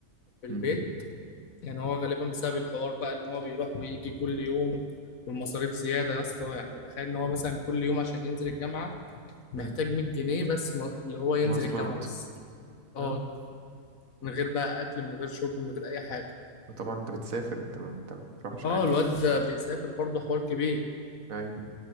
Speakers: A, on the left (about 80°); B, on the right (about 80°).
A: في البيت
B: مم.
A: يعني هو غالبا بسبب الحوار بقى ان هو بيروح ويجي كل يوم والمصاريف زيادة يا اسطى يعني تخيل ان هو مثلا كل يوم عشان ينزل الجامعة محتاج
B: مم.
A: 100 جنيه بس م- اللي هو ينزل
B: مواصلات
A: الجامعة بس اه
B: اه
A: من غير بقى اكل من غير شرب من غير اي حاجة
B: وطبعا انت بتسافر انت ما انت ما بتروحش
A: اه
B: عادي
A: الواد ده بيسافر برضه حوار كبير
B: أيوة.